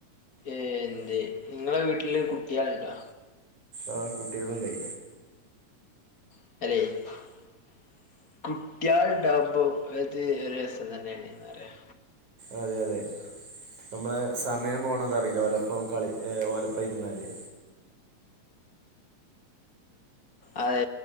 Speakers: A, on the left; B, on the right.
A: എന്ത് നിങ്ങളെ വീട്ടില് കുട്ടികള്ണ്ടാ.
B: ആഹ് കുട്ടികളുണ്ടേ.
A: <unintelligible> കുട്ടിയാള്ണ്ടാകുമ്പോ അത് ഒരു രസം തന്നെയാണ്ന്ന് പറയാ.
B: അതെ അതെ നമ്മള സമയം പോണതറിയില്ല ഓലപ്പം കളി ഓലപ്പം ഇരുന്നാല്.
A: അതെ